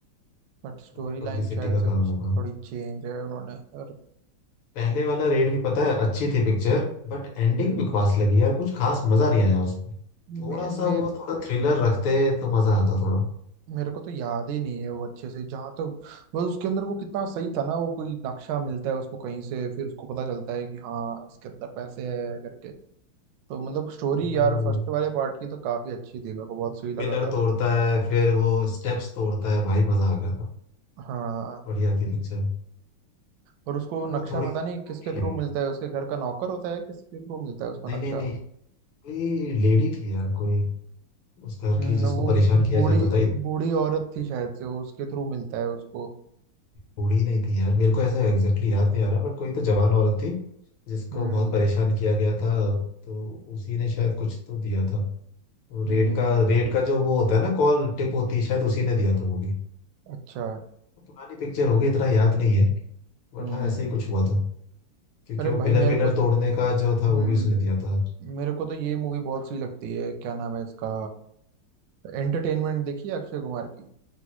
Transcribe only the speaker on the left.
वही
पब्लिसिटी
का
काम
होगा
पहले वाला रेड भी पता है अच्छी थी पिक्चर बट एंडिंग
बकवास लगी यार कुछ खास मजा नहीं आया उसमें थोड़ा
सा
वो थोड़ा
थ्रिलर रखते तो मजा आता थोड़ा
हम्म
वो
पिलर
तोड़ता है फिर वो स्टेप्स तोड़ता है भाई मजा आ गया था
बढ़िया थी पिक्चर
बट
वो थोड़ी
छोटी
लगी
नहीं
नहीं नहीं कोई लेडी थी यार कोई उस घर
की जिसको
परेशान किया
जाता था इतनी
बूढ़ी नहीं थी यार मेरे को ऐसा एग्जैक्टली याद नहीं आ रहा बट कोई तो जवान औरत थी जिसको
बहुत परेशान किया गया था तो उसी ने शायद कुछ तो दिया था और
रेड का रेड का जो वो होता है ना कॉल टिप होती है शायद उसी ने दिया था वो भी
तो पुरानी पिक्चर होगी इतना याद नहीं है बट
हाँ ऐसे ही कुछ हुआ था क्योंकि
वो
पिलर
विलर
तोड़ने का
जो था वो भी उसने दिया था